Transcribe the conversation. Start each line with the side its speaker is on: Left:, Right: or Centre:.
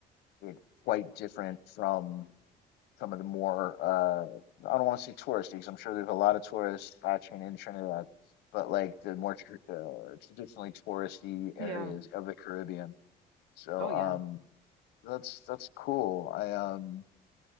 Left: it quite different from some of the more uh I don't want to say touristy 'cause I'm sure there's a lot of tourist action in Trinidad, but like the more tr uh, traditionally touristy areas
Right: Yeah.
Left: of the Caribbean. So
Right: Oh yeah.
Left: um that's that's cool. I um